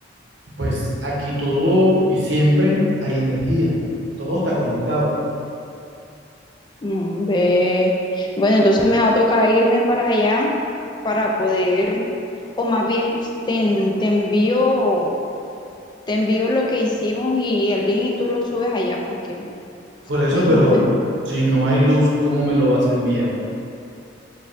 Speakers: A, on the right; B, on the left.
A: Pues aquí todo y siempre hay energía. Todo está conectado.
B: Mm, Ve. Bueno, entonces me va a tocar irme para allá para poder, o más bien, te, en- te envío, te envío lo que hicimos y el link y tú lo subes allá porque,
A: Por eso,
B: ay,
A: pero
B: no es,
A: si no hay luz, ¿cómo me lo vas a enviar?